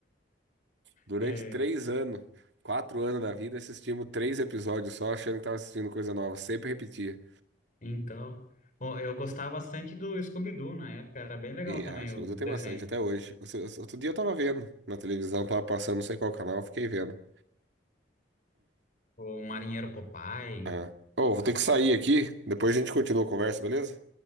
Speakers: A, on the right; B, on the left.
A: Durante
B: É,
A: três anos, quatro anos da vida, assistimos três episódios só, achando que tava assistindo coisa nova. Sempre repetia.
B: então, bom, eu gostava bastante do Scooby-Doo na época. Era bem legal
A: E
B: também
A: ah, isso
B: o
A: eu tenho
B: desenho.
A: bastante até hoje. Outro outro dia eu tava vendo na televisão, tava passando, não sei qual canal, eu fiquei vendo.
B: O Marinheiro Popeye.
A: Ah. Oh, vou ter que sair aqui. Depois a gente continua a conversa, beleza?